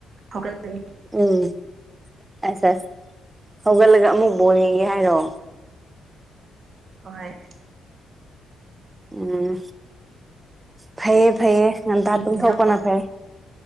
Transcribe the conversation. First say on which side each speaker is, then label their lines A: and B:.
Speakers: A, on the right (about 45°); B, on the right (about 15°).
A: ꯍꯧꯒꯠꯀꯥꯅꯤ
B: ꯎꯝ ꯑꯦꯁ ꯁꯦꯁ ꯍꯧꯒꯠꯂꯒ ꯑꯃꯨꯛ ꯕꯣꯜ ꯉꯦꯡꯒꯦ ꯍꯥꯏꯔꯣ
A: ꯍꯣꯏ
B: ꯎꯝ ꯐꯩꯌꯦ ꯐꯩꯌꯦ ꯉꯟꯇꯥ
A: ꯌꯦꯡꯒꯦꯔꯣ
B: ꯇꯨꯝꯊꯣꯛꯄꯅ ꯐꯩ